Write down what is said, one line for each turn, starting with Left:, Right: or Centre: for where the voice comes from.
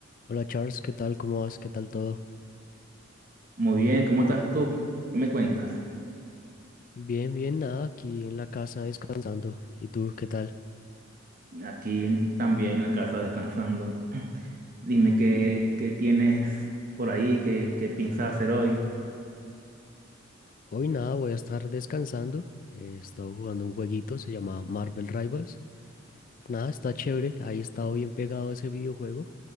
Left: Hola Charles, ¿qué tal? ¿Cómo vas? ¿Qué tal todo?
Right: Muy bien, ¿cómo estás tú? ¿Qué me cuentas?
Left: Bien, bien, nada, aquí en la casa descansando. ¿Y tú qué tal?
Right: Aquí también en la casa descansando. <clears throat> Dime qué, qué tienes por ahí, qué, qué piensas hacer hoy.
Left: Hoy nada, voy a estar descansando. He estado jugando un jueguito, se llama Marvel Rivals. Nada, está chévere, ahí he estado bien pegado a ese videojuego.